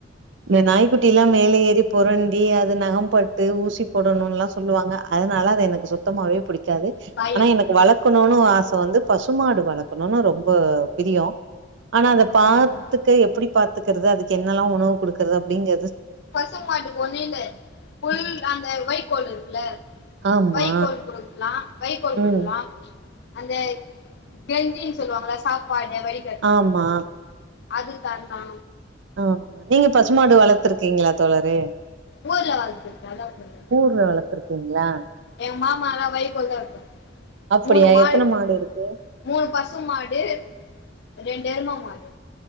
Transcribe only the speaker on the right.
இந்த நாய் குட்டில்லா மேல ஏறி புரண்டி அது நகம்பட்டு ஊசி போடணும்லா சொல்லுவாங்க அதனால அது எனக்கு சு சுத்தமாவே புடிக்காதே
ஆனா எனக்கு வளக்கோணோன்னு ஆச வந்து பசுமாடு வளக்கோணோன்னு ரொம்ப பிரியோ ஆனா அத பாத்துக்கே
எப்பிடி பாத்துக்கறது அதுக்கு என்னெல்லா உணவு குடுக்குறது அப்பிடிங்க
ம்
ஆமா.
ம்.
ஆமா.
ஆ நீங்க பசுமாடு வளத்திருக்கீங்களா தோழரே
ஊர்ல வளத்திருக்கீங்களா
அப்படியா
எத்தன இருக்கு?